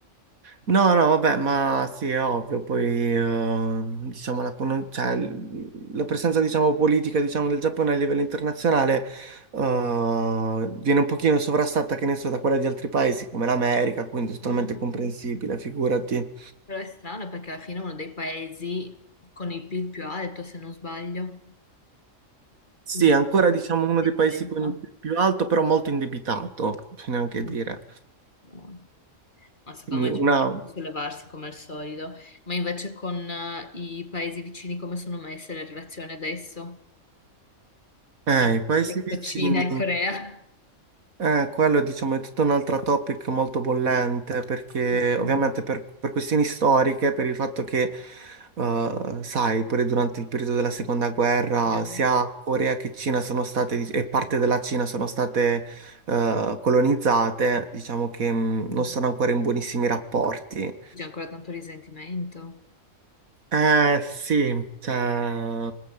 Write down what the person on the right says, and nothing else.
No, no, vabbè, ma sì, è ovvio, poi eh, diciamo la, con- cioè, l- la presenza diciamo, politica diciamo, del Giappone a livello internazionale eh, viene un pochino sovrastata, che ne so, da quella di altri paesi come l'America, quindi è totalmente
comprensibile, figurati.
Sì,
è
ancora diciamo uno
dei paesi
con il PIL più alto, però molto indebitato, bisogna
anche dire.
Quindi
una...
eh,
i paesi
vicini...
Eh, quello diciamo è tutto un altro topic molto bollente perché
ovviamente per, per questioni storiche, per il fatto che, eh, sai, pure durante il periodo della seconda guerra
sia Corea che Cina sono state, dic- e parte della Cina sono state, eh, colonizzate, diciamo che, mh,
non sono ancora in buonissimi rapporti.
Eh sì, cioè,